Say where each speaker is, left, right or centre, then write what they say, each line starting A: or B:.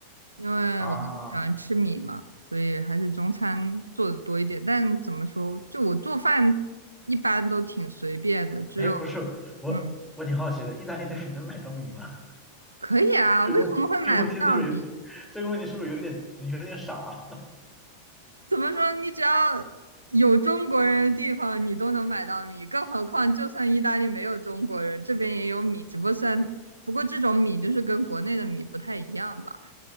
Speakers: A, on the right; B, in the centre.
A: 因为我很喜欢吃米嘛，
B: 啊，
A: 所以还是中餐做的多一点。但怎么说，就我做饭一般都挺随便的，只有
B: 哎，不是，我我挺好奇的，
A: 嗯，
B: 意大利那边能买到米吗？
A: 可以啊，
B: <laughs> 这个问这个问题是不是有点，
A: 为什么会买不到米？
B: 这个问题是不是有点有点傻？<laughs>
A: 怎么说？你只要有中国人的地方，你都能买到米。更何况，就算意大利没有中国人，这边也有米，只不过算，不过这种米就是跟国内的米不太一样吧？